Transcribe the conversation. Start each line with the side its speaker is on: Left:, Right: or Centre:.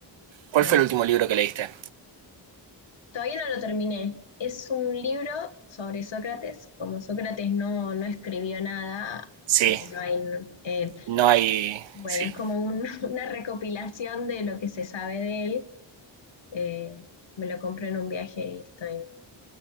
Right: ¿Cuál
Left: A
Right: fue
Left: mí.
Right: el último libro que leíste?
Left: Todavía no lo terminé. Es un libro sobre Sócrates. Como Sócrates no, no escribió nada,
Right: Sí,
Left: eh, no hay, eh,
Right: no hay...
Left: Bueno,
Right: Sí.
Left: es como un- <laughs> una recopilación de lo que se sabe de él. Eh, me lo compré en un viaje y estoy